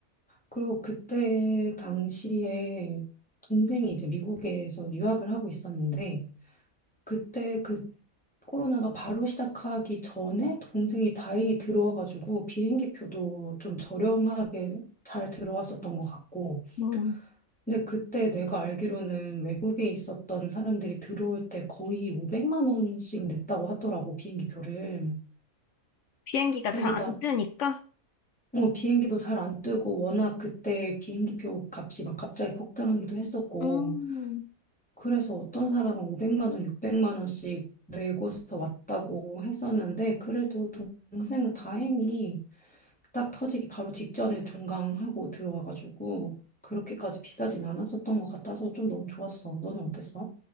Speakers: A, in the centre; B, on the left (about 65°).
A: 그리고 그때 당시에 동생이 이제 미국에서 유학을 하고 있었는데, 그때 그 코로나가 바로 시작하기 전에 동생이 다행히 들어와가지고 비행기 표도 좀 저렴하게 잘 들어왔었던 것 같고.
B: 음.
A: 근데 그때 내가 알기로는 외국에 있었던 사람들이 들어올 때 거의 500만 원씩 냈다고 하더라고, 비행기 표를.
B: 비행기가
A: 그래서
B: 잘 안
A: 나,
B: 뜨니까?
A: 어, 비행기도 잘 안 뜨고 워낙 그때 비행기 표 값이 막 갑자기 폭등하기도 했었고.
B: 음. 음.
A: 그래서 어떤 사람은 500만 원, 600만 원씩 내고서 왔다고 했었는데 그래도 동생은 다행히 딱 터지기 바로 직전에 종강하고 들어와가지고 그렇게까지 비싸진 않았었던 것 같아서 좀 너무 좋았어. 너는 어땠어?